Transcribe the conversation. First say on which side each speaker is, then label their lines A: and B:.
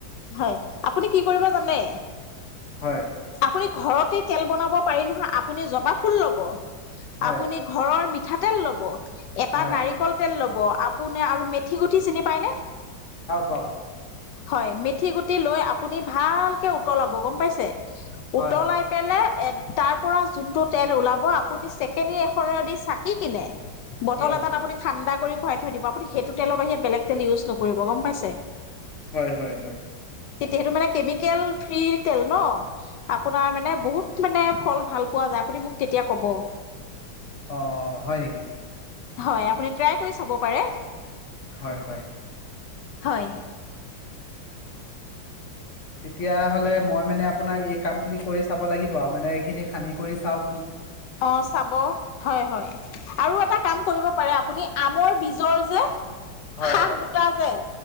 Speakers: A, on the left (about 70°); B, on the left (about 45°).
A: হয় আপুনি কি কৰিব জানে!
B: হয়।
A: আপুনি ঘৰতে তেল বনাব পাৰি নহয় আপুনি জবা ফুল ল'ব!
B: হয়
A: আপুনি ঘৰৰ মি ঠাতেল ল'ব। এটা
B: হয়
A: নাৰিকল তেল ল ব, আপু নে আৰু মেঠি গুটি চিনি পায়নে?
B: পাও
A: হয় মেঠ মেঠি গুটি লৈ আপুনি ভালকে উতলাব গম পাইছে,
B: পাও
A: উতলাই
B: হয়
A: পেলে তাৰ পৰা যোনটো তেল ওলাব আপুনি চেকেনি এখনৰে দি চাকি কিনে বটল
B: হয়
A: এটাত
B: হয় হয়
A: আপুনি ঠাণ্ডা কৰি ভৰাই থৈ দিব, আপুনি সেইটো তেলৰ বাহিৰে বেলেগ তেল ইউজ নকৰিব। গম পাইছে?
B: হয় হয় হয়।
A: তেতিয়া সেইটো মানে কেমিকেল ফ্ৰীৰ তেল ন' আপোনাৰ মানে বহুত মানে ফল ভাল পোৱা যায়, আপুনি মোক তেতিয়া কব।
B: অ হয় নেকি
A: হয়, আপুনি ট্ৰাই কৰি চাব পাৰে।
B: হয় হয়।
A: হয়।
B: তেতিয়া হ'লে মই মানে আপোনাৰ এই কাম খিনি কৰি চাব লাগি ব মানে এইখিনি সানি কৰি চাওক
A: অঁ চাব হয়- হয় আৰু এটা কাম কৰিব পাৰে আপুনি আমৰ বীজৰ যে
B: হয়,
A: সাহ
B: হয়,
A: দুটা যে